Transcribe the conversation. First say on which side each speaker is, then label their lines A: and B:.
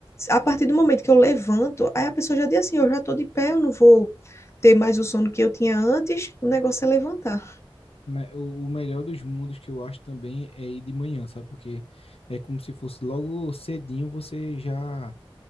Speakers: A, on the left; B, on the left.
A: a partir do momento que eu levanto, aí a pessoa já diz assim, eu já estou de pé, eu não vou ter mais o sono que eu tinha antes, o negócio é levantar.
B: Mas O o melhor dos mundos que eu acho também é ir de manhã, sabe? Porque é como se fosse logo cedinho você já